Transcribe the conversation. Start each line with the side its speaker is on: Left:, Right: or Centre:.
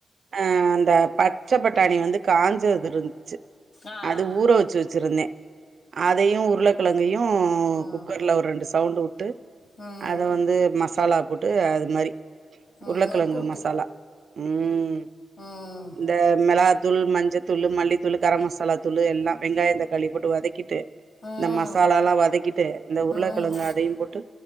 Right: அ அந்த பச்ச பட்டாணி வந்து காஞ்சது இருந்துச்சு
Left: ஆ
Right: ஊற வச்சு வச்சிருந்தே அதையு உருளைக்கிழங்கையும்
Left: ம்
Right: குக்கர்ல ஒரு ரெண்டு சவுண்டு வுட்டு
Left: ம்
Right: அத
Left: ம்
Right: வந்து மசாலா போட்டு அது மாரி
Left: ம்,
Right: உருளக்கிழங்கு
Left: ஒரு கூட்டு
Right: மசாலா ம்
Left: ம்,
Right: இந்த மிளாக் தூள் மஞ்சு தூள் மல்லி தூள் கரம் மசாலா தூளு எல்லா வெங்காயம் தக்காளி போட்டு வதக்கிட்டு
Left: ம்,
Right: இந்த மசாலா
Left: ம்,
Right: எல்லா வதக்கிட்டு இந்த உருளக்கெழங்கு
Left: ம்,
Right: அதையு போட்டு